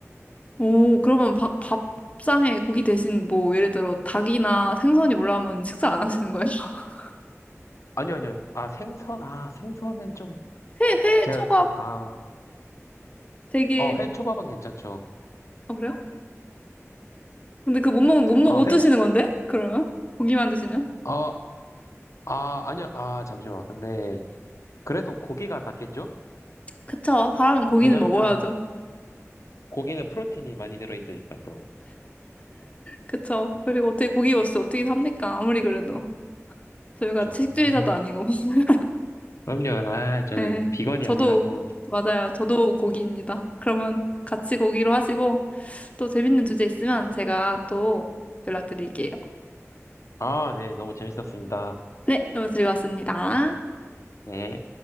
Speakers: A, on the left (about 25°); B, on the left (about 70°).
A: 오, 그러면 밥, 밥상에 고기 대신 뭐 예를 들어 닭이나 생선이 올라오면 식사 안 하시는 거예요? <laughs>
B: 아니요, 아니요. 아, 생선? 아, 생선은 좀,
A: 회, 회,
B: 제가
A: 초밥
B: 다, 아,
A: 되게
B: 어, 해초밥은 괜찮죠.
A: 어, 그래요? 근데 그 못 먹, 못, 먹-
B: 어,
A: 못
B: 해,
A: 드시는 건데? 그러면? 고기만 드시면?
B: 어, 아, 아니요, 아, 잠시만. 근데, 그래도 고기가 낫겠죠?
A: 그쵸. 사람은 고기는
B: 왜냐면
A: 먹어야죠.
B: 고기는 프로틴이 많이 들어있으니까 또.
A: 그쵸. 그리고 어떻게 고기 없이 어떻게 삽니까? 아무리 그래도. 저희가
B: 그쵸.
A: 채식주의자도
B: 아,
A: 아니고. <laughs>
B: 그럼요. 아, 저는
A: 네.
B: 비건이
A: 저도,
B: 아니라서.
A: 맞아요. 저도 고기입니다. 그러면 같이 고기로 하시고 또 재밌는 주제 있으면 제가 또 연락드릴게요.
B: 아, 네. 너무 재밌었습니다.
A: 네. 너무 즐거웠습니다.
B: 네.